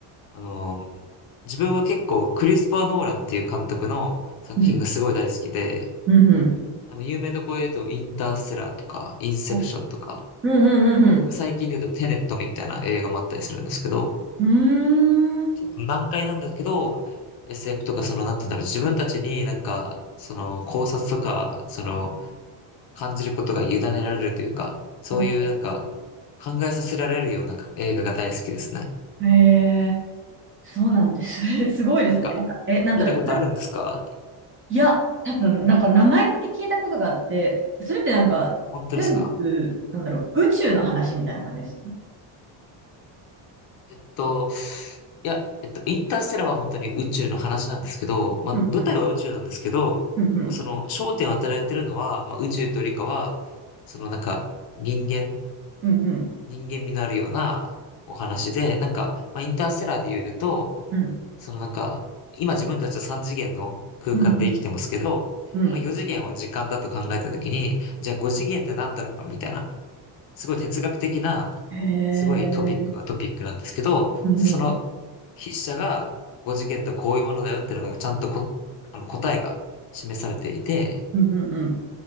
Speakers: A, on the left; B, on the right.
A: あのー自分は結構クリスパー・ノーランっていう監督の作品がすごい大好きで、
B: うんうんうん
A: あの有名どころで言うとインターステラーとかインセプションとか、
B: おうんうんうん
A: 僕最近で言うとテネットみたいな映画もあったりするんですけど、
B: うんうーん
A: ちょっと難解なんですけど、SF とかその、なんていうんだろう、自分たちになんか、その考察とか、その感じることが委ねられるというか、そういうなんか
B: お
A: 考えさせられるような映画が大好きですね。
B: ーへえそうなんです <laughs> すごいですねなんかえなんだろうそれ
A: なんか、見たことあるんですか
B: いや多分なんか名前だけ聞いたことがあってそれってなんか全部なんだろう宇宙の話みたいな感じですか
A: 本当ですかえっと、いや、えっと、インターステラーは本当に宇宙の話なんですけど、まあ、
B: うんうん
A: 舞台は宇宙なんですけど、
B: うんうん
A: まあその焦点を当てられてるのは、まあ、宇宙と理科は、そのなんか人間、
B: うんうん
A: 人間味のあるようなお話で、なんか、まあ、インターステラーで言うと、
B: うん
A: そのなんか、今自分たちは3次元の空間で生きてますけど、
B: うんうんうん
A: まあ、4次元は時間だと考えたときに、じゃあ5次元ってなんだろうみたいな。すごい哲学的な、
B: へえ
A: すごいトピックはトピックなんですけど、
B: うんうん
A: その筆者が5次元とはこういうものだよっていうのがちゃんとこ、あの答えが示されていて、
B: うんうんうん